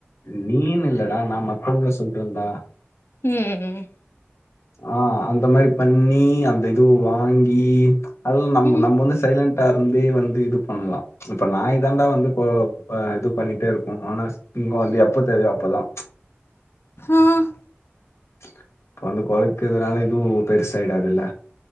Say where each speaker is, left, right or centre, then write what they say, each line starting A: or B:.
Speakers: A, on the left; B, on the left.
A: நீனு இல்லடா நா மத்தவங்கள சொல்றன்டா
B: உம்ம்
A: ஆஹ் அந்த மாதிரி பண்ணி அந்த இது வாங்கி அதும் நம்
B: ம்
A: நம்ம வந்து சைலன்ட் டா இருந்தே வந்து இது பண்ணுவா இப்ப நாய் தாண்டா வந்து் இப்போ இது பண்ணிட்டே இருக்கும் ஆனா இங்க வந்து எப்ப தேவயோ அப்பதா
B: ஆஹ்
A: இப்ப வந்து கொலைக்கிறதுனால இதுவும் பெருசய்டாதுல்ல